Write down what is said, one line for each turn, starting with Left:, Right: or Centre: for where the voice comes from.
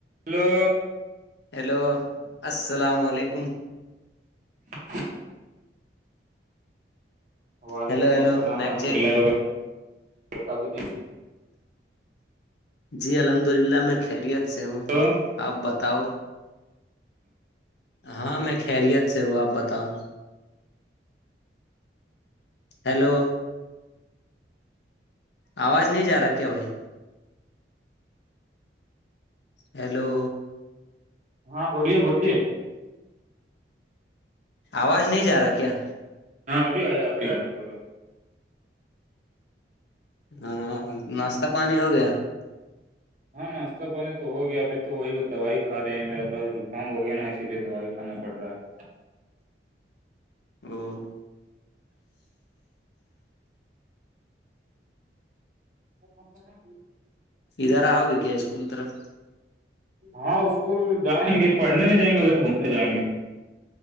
Right: hello
Left: hello السلام علیکم
Right: <inaudible> وعلیکم
Left: hello ہیلو
Right: السلام
Left: میک
Right: رحمۃ
Left: چیک
Right: اللہ وبرک وبرکاتہ جی
Left: جی الحمد للہ میں خیریت سے ہوں
Right: تو
Left: آپ بتاؤ ہاں میں خیریت سے ہوں آپ بتاؤ ہیلو آواز نہیں جا رہا کیا بھائی ہیلو
Right: ہاں بولیے بولیے
Left: آواز نہیں جا رہا کیا
Right: ہاں ابھی آیا ابھی آیا بولو
Left: ہاں ناشتہ پانی ہو گیا
Right: ناشتہ پانی کی ہو گیا میری طبیعت خراب ہیں جھکم ہو گیا ہے
Left: او
Right: پندر
Left: ادھر آؤ گے کیا اسکول طرف
Right: ہاں اسکول جائیں گے پڑھنے نہیں جائیں گے ادھر گھومنے جائیں گے